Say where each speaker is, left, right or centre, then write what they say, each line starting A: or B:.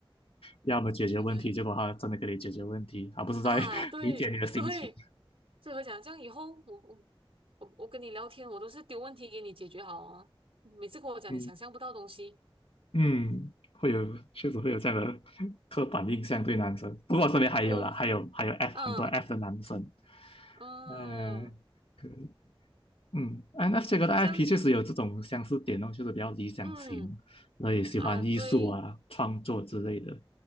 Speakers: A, on the left (about 80°); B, on the right (about 75°).
A: 要么解决问题，
B: 我讲
A: 结果他真的给你解决问题，而不是在
B: 啊，
A: <laughs>
B: 对对，
A: 理解你的心情。
B: 所以我讲这样以后我我我我跟你聊天，我都是丢问题给你解决好啊，每次跟我讲你想象不到东西。
A: 嗯嗯，会有，确实会有这样的 <laughs> 刻板印象对男生。不过我身边还有啦，
B: 哦，
A: 还有还有 F
B: 嗯
A: 很多 F 的男生，
B: 嗯，
A: 呃，可以，嗯 n f 这个的 IP
B: 这样，
A: 确实有这种相似点哦，就是比较理想型，
B: 嗯
A: 然后也喜欢艺术啊、
B: 啊，对
A: 创作之类的。
B: 嗯